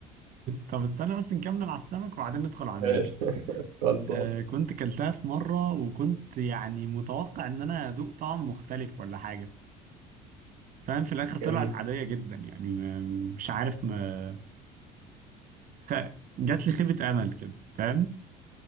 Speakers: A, on the right (about 45°); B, on the right (about 70°).
A: طب استنى بس نكمل على السمك وبعدين ندخل على المانجا
B: إيش؟ <laughs> خلصان
A: آه كنت كلتها في مره وكنت يعني متوقع ان انا ادوق طعم مختلف ولا حاجه فاهم في الاخر طلعت
B: جميل
A: عاديه جدا يعني ما- مش عارف ما خ... جات لي خيبه امل كده فاهم